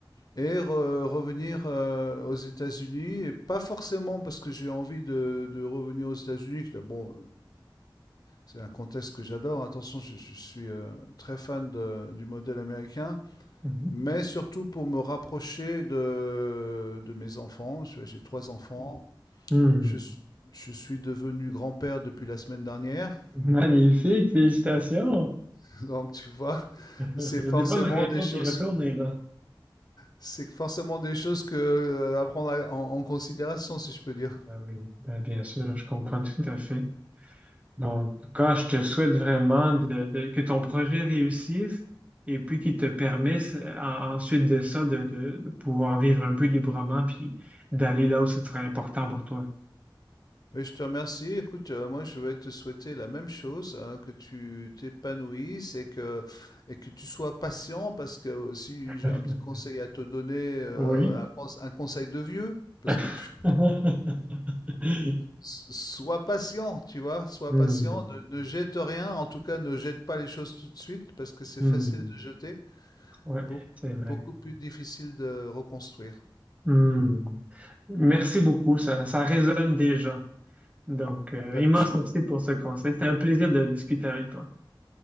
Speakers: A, on the left; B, on the right.
A: et re- revenir euh, aux États-Unis, et pas forcément parce que j'ai envie de, de revenir aux États-Unis. que, Bon, c'est un contexte que j'adore. Attention, je, je suis euh, très fan de- du modèle américain,
B: mhm.
A: mais surtout pour me rapprocher de, de mes enfants. Je- J'ai trois enfants.
B: Hmm, hmm.
A: Je, suis- je suis devenu grand-père depuis la semaine dernière,
B: Magnifique, félicitations.
A: <laughs> donc tu vois,
B: <laughs>
A: c'est
B: Il
A: forcément
B: y a des bonnes raisons
A: des choses.
B: d'y retourner là.
A: C'est forcément des choses que euh, à prendre en en considération, si je peux dire.
B: Ben oui, ben bien sûr, je comprends tout à fait. Donc, tout je te souhaite vraiment de- de- que ton projet réussisse et puis qu'il te permette euh, en- ensuite de ça de, de- de pouvoir vivre un peu librement puis d'aller là où ce serait important pour toi.
A: Mais je te remercie. Écoute, euh, moi, je vais te souhaiter la même chose, hein, que tu t'épanouisses et que, et que tu sois patient, parce que euh, si
B: <laughs>
A: j'ai un petit conseil à te donner, euh,
B: Oui.
A: un, conse- un conseil de vieux, parce
B: <laughs>
A: que tu s- sois patient, tu vois, sois
B: Hmm,
A: patient, ne, ne jette rien, en tout cas, ne jette pas les choses tout de suite, parce que c'est
B: hmm.
A: facile de jeter,
B: Ouais,
A: beaucoup,
B: c'est vrai.
A: beaucoup plus difficile de reconstruire.
B: Hmm. Merci beaucoup, ça, ça résonne déjà. Donc, euh,
A: Ben,
B: immense
A: je-
B: merci pour ce conseil. C'était un plaisir de discuter avec toi.